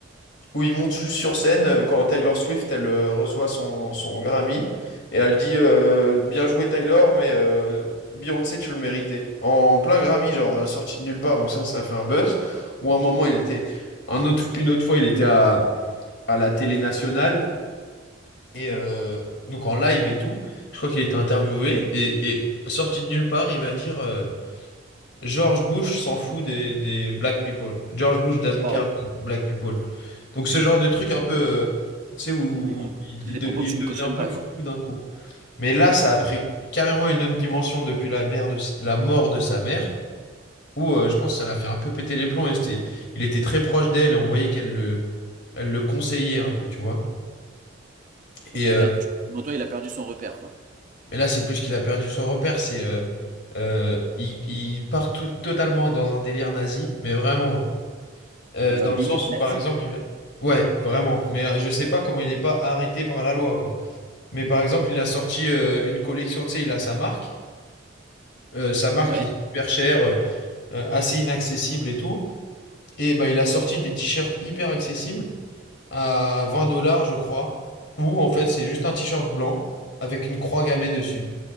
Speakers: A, on the left (about 65°); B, on the right (about 40°).
A: où ils montent juste sur scène euh, quand Tyler Swift elle euh, reçoit son, son Grammy et elle dit euh, bien joué Tyler mais euh, Beyoncé tu le méritais. En plein Grammy genre euh, sorti de nulle part donc ça ça a fait un buzz. Ou à un moment il était un autre, une autre fois il était à, à la télé nationale et euh, donc en live et tout. Je crois qu'il était interviewé et, et sorti de nulle part il va dire euh, George Bush s'en fout des, des black people. George Bush doesn't
B: Waouh,
A: care about black people. Donc ce genre de truc un peu, euh, tu sais, où
B: des propos-
A: il,
B: c'est
A: il
B: des
A: de-
B: propos
A: il
B: que tu
A: devenait
B: ne cautionnes
A: un peu
B: pas,
A: foufou
B: quoi.
A: d'un coup. Mais là, ça a pris carrément une autre dimension depuis la, mère de, s- la mort de sa mère, où euh, je pense que ça l'a fait un peu péter les plombs. Et c'était, il était très proche d'elle et on voyait qu'elle le, elle le conseillait un peu, tu vois.
B: Ok,
A: Et,
B: là,
A: euh,
B: du coup, selon toi, il a perdu son repère, quoi.
A: mais là, c'est plus qu'il a perdu son repère, c'est... euh, euh, il, il part tout, totalement dans un délire nazi, mais vraiment. Euh,
B: Dans
A: dans
B: un délire
A: le sens
B: nazi.
A: où, par exemple, il... Ouais, vraiment. Mais euh, je sais pas comment il n'est pas arrêté par la loi, quoi. Mais par exemple, il a sorti euh, une collection, tu sais, il a sa marque. Euh, sa marque
B: Ouais.
A: est super chère, euh, euh, assez inaccessible et tout. Et bah, il a sorti des t-shirts hyper accessibles à 20 dollars, je crois. Où, en fait, c'est juste un t-shirt blanc avec une croix gammée dessus,